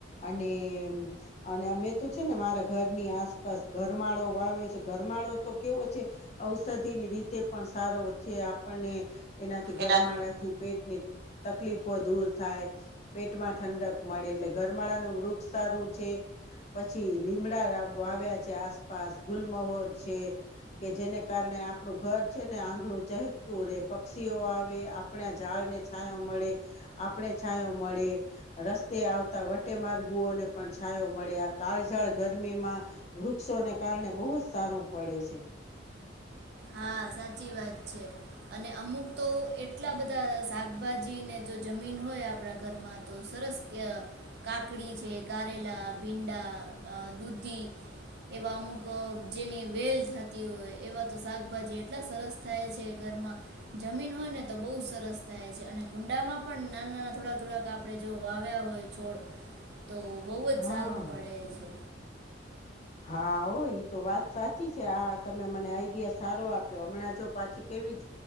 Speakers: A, on the left (about 35°); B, on the right (about 60°).
A: અને અને મે તો છે, ને મારા ઘર ની આસપાસ ગરમાળો વાવ્યો છે, ગરમાળો તો કેવો છે, ઔષધિ ની રીતે પણ સાર છે, આપણને એનાથી ગરમાળાથી
B: એના
A: પેટને તકલીફો દૂર થાય પેટમાં ઠંડક મળે એટલે ગરમાળાનું વૃક્ષ સારું છે. પછી લીમડા વાવ્યા છે, આસપાસ ગુલમહોર છે, કે જેને કારણે આપણું ઘર છે, ને આંગણું ચહકતું રે પક્ષીઓ આવે આપણા ઝાળ ને છાયા મળે આપણે છાંયો મળે, રસ્તે આવતા વટે માર્ગોને પણ છાયો મળે. કાળઝાળ ગરમીમાં વૃક્ષોને કારણે બહુ જ સારું પડે છે.
B: હા. સાચી વાત છે, અને અમુક તો એટલા બધા શાકભાજીને જો જમીન હોય હોય આપણા ઘરમાં તો સરસ કે કાકડી છે, કારેલા, ભીંડા, દૂધી એવા અમુક જેની વેલ થતી હોય એવા તો શાકભાજી એટલા સરસ થાય છે. ઘરમાં જમીન હોય ને તો બહુ સરસ થાય છે, અને કુંડ અંડામાં પણ નાના નાના થોડાક થોડાક આપણે જો વાવ્યા હોય છોડ તો બહુ જ
A: હા
B: સારું પડે છે.
A: હા, ઓ તો વાત સાચી છે. આા તમે મને આઈડિયા સારો આપ્યો હમણાં જો પાછી <unintelligible> કેવી